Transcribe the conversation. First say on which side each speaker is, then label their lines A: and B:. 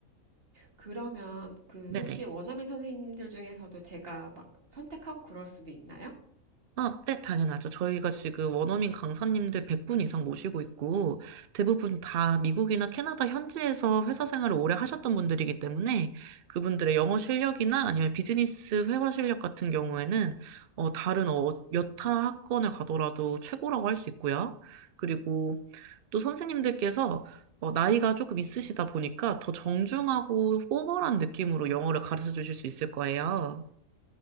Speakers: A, on the right; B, on the right.
A: 그러면 그
B: 네네.
A: 혹시 원어민 선생님들 중에서도 제가 막 선택하고 그럴 수도 있나요?
B: 아, 네, 당연하죠. 저희가 지금 원어민 강사님들 100분 이상 모시고 있고, 대부분 다 미국이나 캐나다 현지에서 회사 생활을 오래 하셨던 분들이기 때문에, 그분들의 영어 실력이나 아니면 비즈니스 회화 실력 같은 경우에는, 어, 다른 어, 여타 학원을 가더라도 최고라고 할 수 있고요. 그리고 또 선생님들께서, 어, 나이가 조금 있으시다 보니까 더 정중하고 포멀한 느낌으로 영어를 가르쳐 주실 수 있을 거예요.